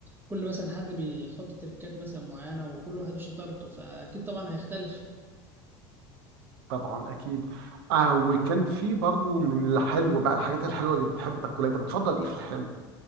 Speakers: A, on the right; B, on the right.
A: كل مثلا حد بيحط تركات مثلا معينة وكل واحد وشطارته فأكيد طبعا هيختلف
B: طبعا اكيد آه وكان في برضه من الحلو بقى الحاجات الحلوه اللي بتحب تاكلها انت بتفضل ايه في الحلو